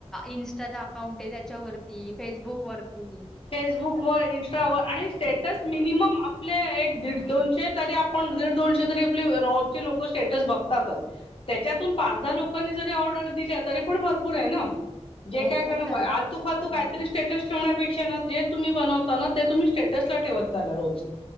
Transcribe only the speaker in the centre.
इन्स्टाच अकाउंट आहे त्याच्यावरती फेसबुक वरती.
हो,
खूप झाल्या.
हं.